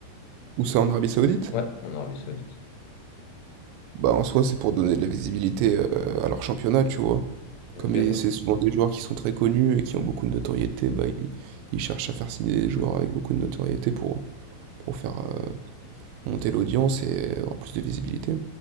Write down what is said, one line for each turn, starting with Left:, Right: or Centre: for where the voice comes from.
Right: Où ça, en Arabie Saoudite?
Left: Ouais, en Arabie Saoudite.
Right: Bah, en soi, c'est pour donner de la visibilité euh, à leur championnat, tu vois.
Left: Ok,
Right: Comme ils-
Left: bah,
Right: c'est souvent des joueurs qui sont très connus et qui ont beaucoup de notoriété, bah, ils, ils cherchent à faire signer des joueurs avec beaucoup de notoriété pour, pour faire euh, monter l'audience et avoir plus de visibilité.